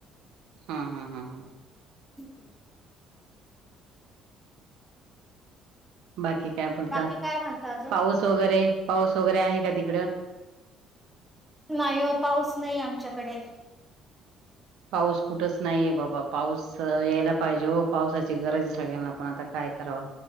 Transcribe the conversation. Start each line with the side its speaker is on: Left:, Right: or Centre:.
Right: हा हा हा हा
Centre: हम्म
Right: बाकी काय बोलता
Centre: बाकी काय म्हणता अजून?
Right: पाऊस वगैरे पाऊस वगैरे आहे का त
Centre: नाही हो पाऊस नाही आमच्या कडे
Right: पाऊस कुठंच नाहीये बाबा पाऊस यायला पाहिजे पावसाची गरज आहे सगळ्यांना पण आता काय कराव